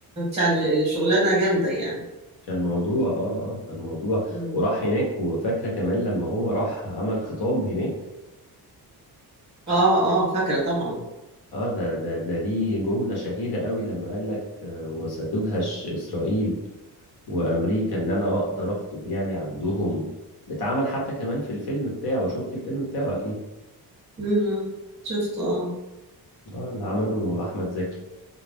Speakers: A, on the right (about 15°); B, on the left (about 70°).
A: يعني شغلانة جامدة يعني
B: كان موضوع اه اه كان موضوع
A: مم.
B: وراح هناك وفاكرة كمان لما هو راح عمل خطاب هناك
A: اه اه فاكرة طبعا
B: اه ده ده ده ليه جملة شهيرة قوي لما قال لك آه، وستدهش إسرائيل وأمريكا إن أنا أقدر أخطب يعني عندهم اتعمل حتى كمان في الفيلم بتاعه شفت الفيلم بتاعه أكيد
A: مم. شفت اه
B: اه اللي عمله أحمد زكي